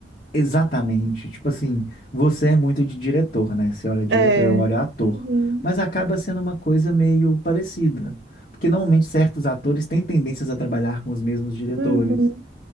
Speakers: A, on the left; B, on the right.
A: Exatamente. Tipo assim, você é muito de diretor, né? Você olha diretor,
B: É.
A: eu olho ator.
B: Uhum.
A: Mas acaba sendo uma coisa meio parecida. Porque normalmente certos atores têm tendências a trabalhar com os mesmos diretores.
B: Uhum.